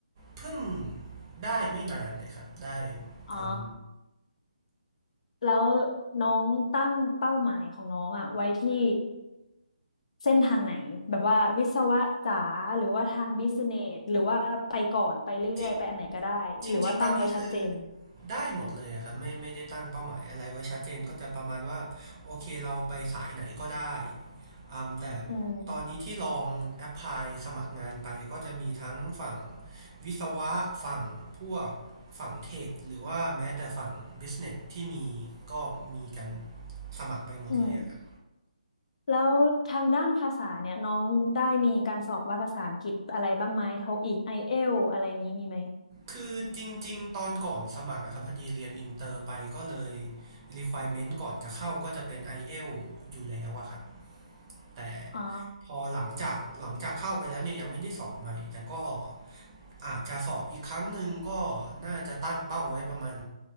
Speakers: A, on the right; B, on the left.
A: เพิ่งได้ไม่นานเลยครับได้
B: อ๋อ
A: อืม
B: แล้วน้องตั้งเป้าหมายของน้องอะไว้ที่เส้นทางไหนแบบว่าวิศวะจ๋าหรือว่าทางบิสเนสหรือว่าไปก่อนไปเรื่อยๆ
A: จริง
B: ไปอันไหนก็ได้
A: จริงจริงๆตอนนี้คือ
B: หรือว่าตั้งไว้ชัดเจน
A: ได้หมดเลยอะครับไม่ไม่ได้ตั้งเป้าหมายอะไรไว้ชัดเจนก็จะประมาณว่าโอเคเราไปสายไหนก็ได้อืมแต่
B: อืม
A: ตอนนี้ที่ลองแอพพลายสมัครงานไปก็จะมีทั้งฝั่งวิศวะฝั่งพวกฝั่งเทคหรือว่าแม้แต่ฝั่งบิสเนสที่มีก็มีกันสมัครไปหมดเลยอะครับ
B: อืม แล้วทางด้านภาษาเนี่ยน้องได้มีการสอบวัดภาษาอังกฤษอะไรบ้างไหมโทอีกไอเอลอะไรอย่างนี้มีไหม
A: คือจริงๆตอนก่อนสมัครอะครับพอดีเรียนอินเตอร์ไปก็เลย requirement ก่อนจะเข้าก็จะเป็น i อ l อลอยู่แล้วอะครับแต่
B: อ๋อ
A: พอหลังจากหลังจากเข้าไปแล้วเนี่ยยังไม่ได้สอบใหม่แต่ก็อาจจะสอบอีกครั้งหนึ่งก็น่าจะตั้งเป้าไว้ประมาณ